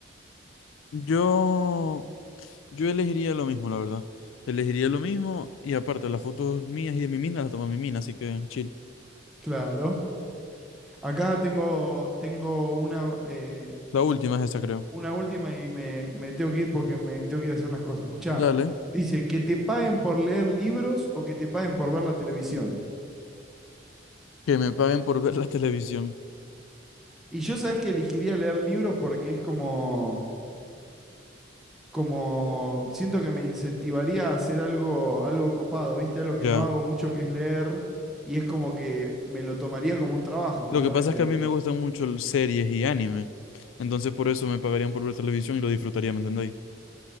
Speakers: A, on the left (about 80°); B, in the centre.
A: Yo, yo elegiría lo mismo, la verdad. Elegiría lo mismo y aparte las fotos mías y de mi mina las toma mi mina, así que chill.
B: Claro. Acá tengo, tengo una, eh,
A: La última es esa, creo.
B: una última y me, me tengo que ir porque me tengo que ir a hacer unas cosas. Escuchá,
A: Dale,
B: dice, que te paguen por leer libros o que te paguen por ver la televisión.
A: que me paguen por ver la <laughs> televisión.
B: Y yo sabes que elegiría leer libros porque es como, como, siento que me incentivaría a hacer algo, algo copado, ¿viste? Algo que
A: Ya.
B: no hago mucho que es leer y es como que me lo tomaría como un trabajo, justamente.
A: Lo que pasa es que a mí me gustan mucho l- series y anime. Entonces por eso me pagarían por ver televisión y lo disfrutaría, ¿me entendéis?